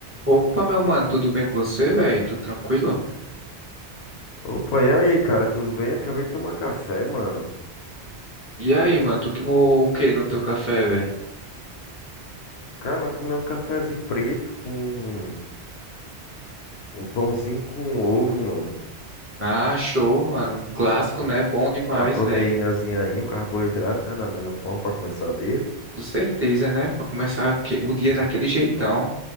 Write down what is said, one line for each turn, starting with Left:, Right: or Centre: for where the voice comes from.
Right: Opa, meu mano, tudo bem com você, velho? Tudo tranquilo?
Left: Opa, e aí, cara, tudo bem? Acabei de tomar café, mano.
Right: E aí, mano, tu tomou o que no teu café, velho?
Left: Cara, tomei um cafezinho preto com um pãozinho com ovo, mano.
Right: Ah, show, mano. Um clássico, né? Bom demais,
Left: Uma proteínazinha
Right: velho.
Left: aí, um carboidrato, né? Da melhor forma pra começar o dia.
Right: Com certeza, né? Pra começar aque- o dia daquele jeitão.